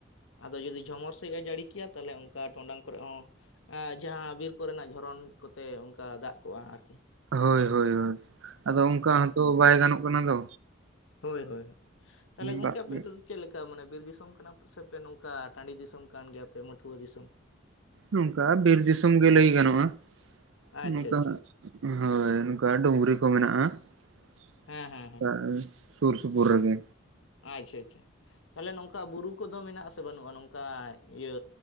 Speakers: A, on the left; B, on the right.
A: ᱟᱫᱚ ᱡᱩᱫᱤ ᱡᱷᱚᱢᱚᱨ ᱥᱟᱦᱤᱜ ᱮ ᱡᱟᱹᱲᱤ ᱠᱮᱭᱟ ᱛᱟᱞᱦᱮ ᱚᱝᱠᱟ ᱴᱚᱰᱟᱝ ᱠᱚᱨᱮ ᱦᱚᱸᱼᱼ ᱟ ᱡᱟᱦᱟᱸ ᱵᱤᱨ ᱠᱚᱨᱮᱱᱟᱜ ᱡᱷᱚᱨᱚᱱ ᱠᱚᱛᱮ ᱚᱝᱠᱟ ᱫᱟᱜ ᱠᱚᱜᱼᱟ ᱟᱨᱠᱤ ᱾
B: ᱦᱚᱭ ᱦᱚᱭ ᱦᱚᱭ ᱟᱫᱚ ᱚᱝᱠᱟ ᱦᱚᱸᱛᱚ ᱵᱟᱭ ᱜᱟᱱᱚᱜ ᱠᱟᱱᱟ ᱫᱚ᱾
A: ᱦᱚᱭ ᱦᱚᱭ, ᱛᱟᱦᱞᱮ ᱜᱚᱝᱠᱮ
B: ᱫᱟᱜ
A: ᱟᱯᱮ
B: ᱜᱮ
A: ᱥᱮᱫᱼᱼ ᱪᱮᱜ ᱞᱮᱠᱟ ᱢᱟᱱᱮ ᱵᱤᱨ ᱫᱤᱥᱚᱢ ᱠᱟᱱᱟ ᱥᱮ ᱯᱮ ᱱᱚᱝᱠᱟ ᱴᱟᱺᱰᱤ ᱫᱤᱥᱚᱢ ᱠᱟᱱ ᱜᱮᱭᱟ ᱯᱮ ᱢᱟᱹᱴᱷᱩᱣᱟᱹ ᱫᱤᱥᱚᱢ, ᱪᱮᱜ?
B: ᱱᱚᱝᱠᱟ ᱵᱤᱨ ᱫᱤᱥᱚᱢ ᱜᱮ ᱞᱟᱹᱭ ᱜᱟᱱᱚᱜᱼᱟ,
A: ᱟᱪᱪᱷᱟ
B: ᱱᱚᱝᱠᱟᱼᱼ
A: ᱟᱪᱪᱷᱟ ᱟᱪᱪᱷᱟ
B: ᱦᱚᱭ ᱱᱚᱝᱠᱟ ᱰᱩᱝᱨᱤ ᱠᱚ ᱢᱮᱱᱟᱜᱼᱟ ᱾
A: ᱦᱮᱸ ᱦᱮᱸ ᱦᱮᱸ
B: ᱥᱩᱨ ᱥᱩᱯᱩᱨ ᱨᱮᱜᱮ᱾
A: ᱟᱻᱪᱷᱟ ᱪᱷᱟ᱾ ᱛᱟᱞᱦᱮ ᱱᱚᱝᱠᱟ ᱵᱩᱨᱩ ᱠᱚᱫᱚ ᱢᱮᱱᱟᱜ ᱟᱥᱮ ᱵᱟᱹᱱᱩᱜᱼᱟ? ᱱᱚᱝᱠᱟ ᱤᱭᱟᱹ